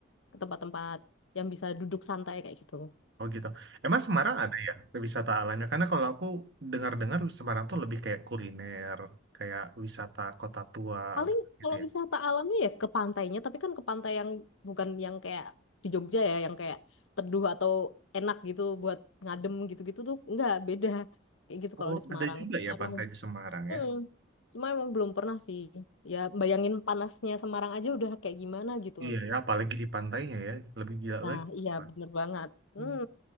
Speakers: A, on the left; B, on the right.
A: ke tempat-tempat yang bisa duduk santai kayak gitu
B: Oh gitu. Emang Semarang ada ya wisata alamnya? Karena kalau aku dengar-dengar Semarang tuh lebih kayak kuliner, kayak wisata kota tua
A: Paling
B: gitu
A: kalau
B: ya.
A: wisata alamnya ya ke pantainya, tapi kan ke pantai yang bukan yang kayak di Jogja ya, yang kayak teduh atau enak gitu buat ngadem gitu-gitu tuh nggak beda kayak gitu kalau
B: Oh,
A: di Semarang.
B: ada juga
A: Cuma
B: ya
A: emang,
B: pantai di Semarang
A: mm,
B: ya?
A: cuma emang belum pernah sih. Ya bayangin panasnya Semarang aja udah kayak gimana gitu.
B: Iya ya, apalagi di pantainya ya, lebih gila
A: Nah,
B: lagi.
A: iya
B: Pak.
A: bener banget. Hmm,
B: Hmm.